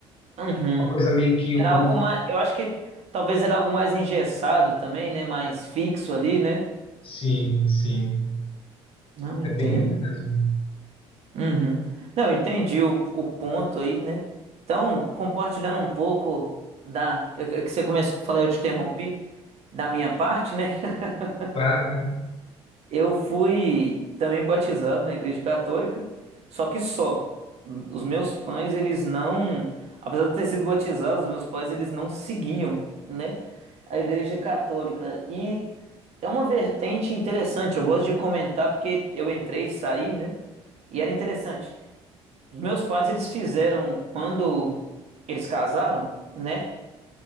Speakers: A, on the right; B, on the left.
A: uhum.
B: Uma coisa meio que...
A: Era
B: o-
A: algo mais, eu acho que talvez era algo mais engessado também, né? Mais fixo ali, né?
B: Sim, sim.
A: Não, entendo.
B: É bem isso mesmo.
A: Uhum. Não, eu entendi o, o ponto aí, né? Então, compartilhando um pouco da, eu- eu- que você começou a falar, eu te interrompi, da minha parte, né? <laughs>
B: Claro, né?
A: Eu fui também batizado na Igreja Católica, só que só. Os meus pais, eles não, apesar de eu ter sido batizado, os meus pais, eles não seguiam, né, a Igreja Católica. E é uma vertente interessante, eu gosto de comentar porque eu entrei e saí, né? E era interessante. Os meus pais, eles fizeram quando eles casaram, né?